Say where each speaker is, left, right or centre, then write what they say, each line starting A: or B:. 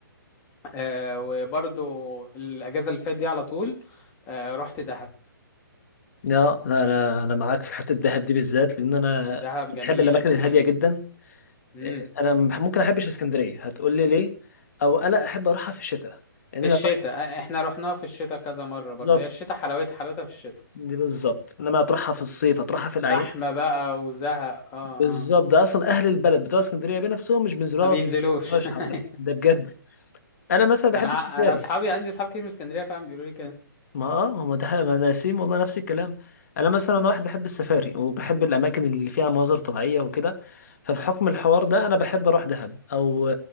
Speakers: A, on the left (about 15°); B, on the left (about 45°).
A: آه وبرضو الاجازة اللي فاتت دي على طول آه رحت دهب
B: لا انا انا أنا معاك في حته الدهب دي بالذات لان انا
A: دهب
B: بحب
A: جميلة
B: الاماكن
A: جميلة
B: الهاديه جدا
A: امم
B: آه، انا م- ممكن احبش اسكندريه هتقول لي ليه او انا احب اروحها في الشتاء لان
A: في الشتاء
B: لو رحت
A: احنا رحناها في الشتاء كذا مرة برضه
B: بالظبط
A: هي الشتاء حلاوتها حلاوتها في الشتاء
B: دي بالظبط انما هتروحها في الصيف هتروحها في الاعياد
A: زحمة بقى وزهق اه اه
B: بالظبط ده اصلا اهل البلد بتوع اسكندريه بنفسهم مش بينزلوها
A: ما بينزلوش
B: مش
A: <laughs>
B: حبة. ده بجد انا مثلا بحب
A: انا
B: اسكندريه
A: انا اصحابي عندي اصحاب كتير من اسكندرية فعلا بيقولوا لي كده
B: ما اه هو ده حقيقة انا نسيم والله نفس الكلام انا مثلا واحد بحب السفاري وبحب الاماكن اللي فيها مناظر طبيعيه وكده فبحكم الحوار ده انا بحب اروح دهب او